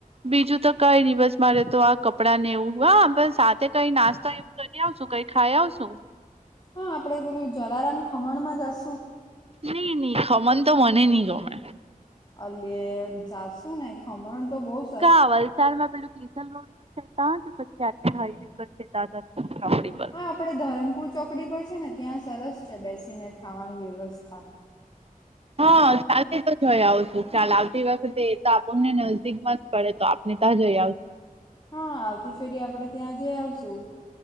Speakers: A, on the right; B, on the left.
A: બીજુ તો કંઈ નહી બસ મારે તો આ કપડાં ને એવું વાહ બસ સાથે કંઈ નાસ્તોવ એવો કરી આવશું કંઈ ખાઈ આવશું.
B: હા આપણેે પેલુ જલારામ ખમણમાં જશું.
A: ની ની ખમન તો મને ની ગમે
B: અલ્યે જાશું ને ખમણ તો બોજ
A: કા વલસાડમાં પેલું તિથલ રોડ પર છે તા કે પછી આટલે હાઈવે પર છે તા ધરમપુર ચોકડી પર.
B: આપડે ધરમપુર ચોકડી પર છે ને ત્યાં સરસ છે બેસીને ખાવાની વ્યવસ્થા.
A: હા ચાલની તો જોઈ આવ છું ચાલ આવતી વખતે એ તો આપણને નજદીક માં જ પડે તો આપને ત્યાં જઈ આવ
B: હા આવતી ફેરી આપણે ત્યાં જઈ આવશું.